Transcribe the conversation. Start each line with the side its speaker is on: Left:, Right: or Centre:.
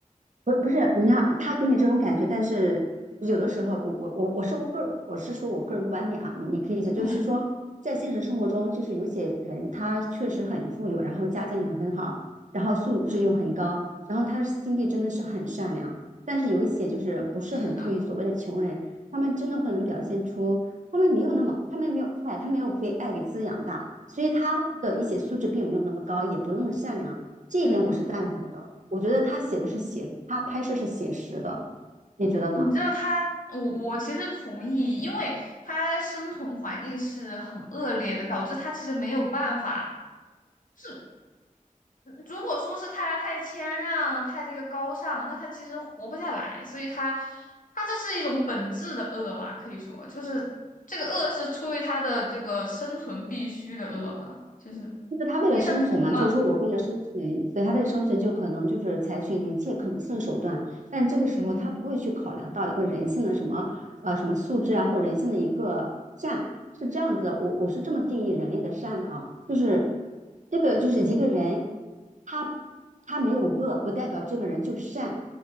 Right: 不不是你看他给你这种感觉，但是有的时候我我我我说个我是说我个人观点啊，你你可以就就是说，
Left: 嗯
Right: 在现实生活中，就是有些人他确实很富有，然后家境又很好，然后素质又很高，
Left: 嗯，
Right: 然后他的心地真的是很善良，但是有一些就是不是很富裕，
Left: 是的，
Right: 所谓的穷人，他们真的会能表现出他们没有那么他们没有爱，他没有被爱给滋养大，所以他的一些素质并没有那么高，也不那么善良，这一点我是赞同的。
Left: 嗯。
Right: 我觉得他写的是写，他拍摄是写实的，你觉得呢？
Left: 你知道他，我我其实同意，因为他生存环境是很恶劣的，导致他其实没有办法。是如果说是他太谦让、太这个高尚，那他其实活不下来。所以他，他这是一种本质的恶吧，可以说就是这个恶是出于他的这个生存必须的恶吧，就是
Right: 就是他为了生存嘛，
Left: 生存嘛。
Right: 就是说我为了生存，所以他为了生存就可能就是采取一切可能性的手段，但这个时候他不会去考量到一个人性的什么呃什么素质啊，
Left: 嗯
Right: 或人性的一个善，是这样子的。我我是这么定义人类的善的啊，就是这个就是一个人他他没有恶，不代表这个人就善。